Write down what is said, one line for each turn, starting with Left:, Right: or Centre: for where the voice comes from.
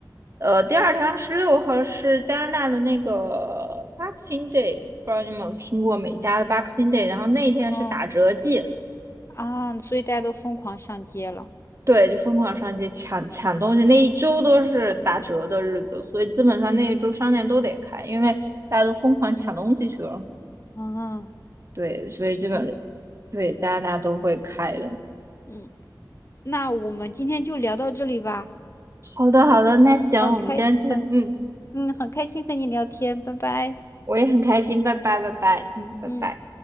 Right: 呃，第二天二十六号是加拿大的那个 Boxing Day，不知道你们有听过美加的 Boxing Day，然后那一天是打折季，
Left: 哦啊，所以大家都疯狂上街了。
Right: 对，就疯狂上街抢抢东西，那一周都是打折的日子，所以基本上那一周商店都得开，因为大家都疯狂抢东西去了，
Left: 啊。
Right: 对，
Left: 行，
Right: 所以基本对加拿大都会开的。
Left: 嗯，那我们今天就聊到这里吧，
Right: 好的，好的，那行，
Left: 很开，
Right: 我们今天就，
Left: 很，
Right: 嗯，
Left: 嗯，很开心和你聊天，拜拜。
Right: 我也很开心，拜拜，拜拜，嗯，拜拜。
Left: 嗯。